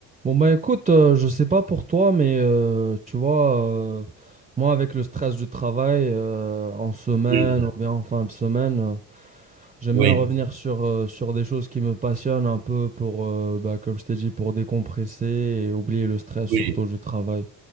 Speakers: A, on the right (about 15°); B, on the right (about 70°).
A: Bon bah écoute, euh, je sais pas pour toi, mais euh, tu vois, euh, moi avec le stress du travail euh, en semaine
B: Oui,
A: ou bien en fin de semaine, euh, j'aime
B: oui,
A: bien revenir sur, euh, sur des choses qui me passionnent un peu pour, euh, bah, comme je t'ai dit, pour décompresser et oublier le stress surtout
B: oui.
A: du travail.